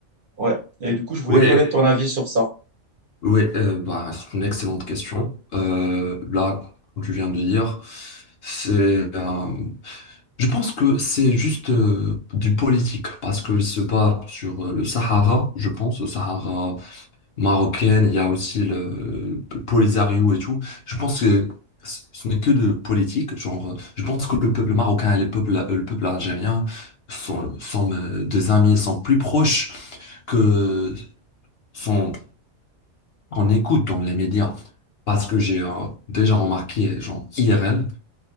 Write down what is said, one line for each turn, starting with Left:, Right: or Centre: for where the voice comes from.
Right: ouais. Et du coup, je voulais
Left: Ouais,
Right: connaître ton avis sur ça.
Left: Oui, euh, bah, c'est une excellente question. Euh, là, comme tu viens de dire, c'est, euh, je pense que c'est juste euh, du politique parce que se bat sur euh, le Sahara, je pense, le Sahara marocain, il y a aussi le, le Polisario et tout. Je pense que ce ce n'est que de politique. Genre, euh, je pense que le peuple marocain et le peuple, euh, le peuple algérien sont, sont euh, des amis, sont plus proches que sont on écoute dans les médias. Parce que j'ai euh, déjà remarqué, genre IRL,